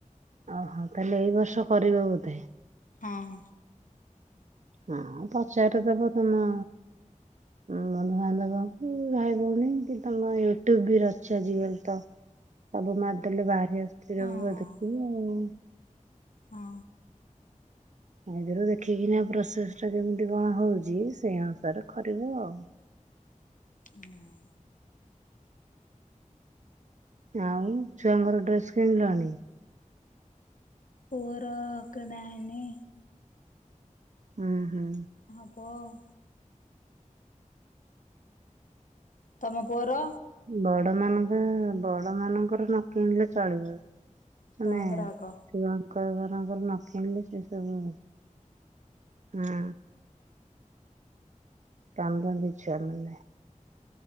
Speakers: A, on the right; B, on the left.
A: ଓହୋ ତାହେଲେ ଏଇ ବର୍ଷ କରିବ ବୋଧେ।
B: ହଁ।
A: ହଁ ପଚାରି ଦବ ତମ ବନ୍ଧୁବାନ୍ଧବଙ୍କୁ ଭାଇ ଭଉଣୀ କି ତମ ୟୁଟ୍ୟୁବ ବି ଅଛି ଆଜିକାଲି ତ।
B: <unintelligible>
A: ସବୁ ମାରି ଦେଲେ ବାହାରି ଆସିଥିବ
B: ହଁ
A: ସବୁ ଦେଖିବ ଆଉ।
B: ହଁ।
A: ଏଥିରୁ ଦେଖିକିନା ପ୍ରୋସେସଟା କେମିତି କଣ ହଉଛି ସେଇ ଅନୁସାରେ କରିବ ଆଉ।
B: ହୁଁ।
A: ଆଉ ଛୁଆଙ୍କର ଡ୍ରେସ କିଣିଲଣି?
B: ପୁଅର କିଣା ହେଇନି।
A: ଓ ହୁଁ।
B: ହବ ଆଉ। ତମ ପୁଅର?
A: ବଡ ମାନଙ୍କ ବଡ ମାନଙ୍କର ନ କିଣିଲେ ଚଳିବ।
B: ଛୁଆଙ୍କର
A: ମାନେ।
B: ଆଗ।
A: ଛୁଆଙ୍କ ଘରଙ୍କର ନ କିଣିଲେ ସେ ସବୁ ହଁ। କାନ୍ଦନ୍ତି ଛୁଆ ମାନେ।